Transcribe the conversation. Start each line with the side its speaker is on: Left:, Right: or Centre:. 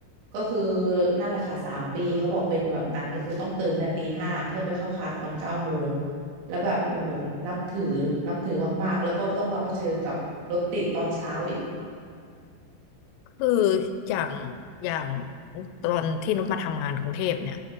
Right: ก็คือนั่นแหละค่ะสามปีเขาบอกเป็นแบบนั้นก็คือต้องตื่นแต่ตีห้าเพื่อไปเข้าคลาสตอนเก้าโมงแล้วแบบโอ้โหนับถือนับถือมากๆแล้วก็ต้องมาเผชิญกับรถติดตอนเช้าอีก
Left: คืออย่างอย่างตอนที่นุชมาทำงานกรุงเทพเนี่ย